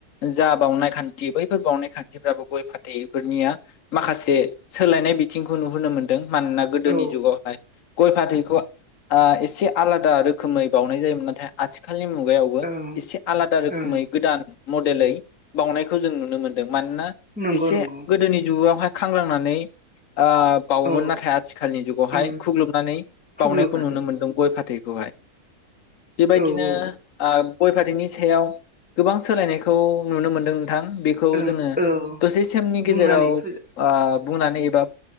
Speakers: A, on the left; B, in the centre.
A: जा बावनाय खा न्थि बैफोर बावनाय खान्थिफ्राबो गय फाथैफोरनिया माखासे सोलायनाय बिथिंखौ नुहुरनो मोनदों मानोना गोदोनि
B: औ
A: जुगावहाय गय फाथैखौ ओ एसे आलादा रोखोमै बावनाय जायोमोन नाथाय आथि खालनि मुगायावबो
B: औ
A: एसे आलादा रोखोमै
B: ओं
A: गोदान मदेलै बावनाय खौ जों नुनो मोनदों मानोना
B: नंगौ
A: एसे
B: नंगौ
A: गोदोनि जुगावहाय खांग्रांनानै ओ बावोमोन
B: औ
A: नाथाय आथिखालनि जुगावहाय
B: उम
A: खुग्लुबनानै बावनायखौ
B: खुग्लुबनानै
A: नुनो मोन्दों गय फाथै खौहाय बेबायदिनो
B: औ औ
A: आ गय फाथैनि सायाव गोबां सोलायनायखौ नुनो मोन्दों नोंथां बेखौ
B: औ ओं
A: जोङो
B: औ
A: दसे समनि गेजेराव
B: बुंनानै फोजो
A: ओ बुंनानै एबा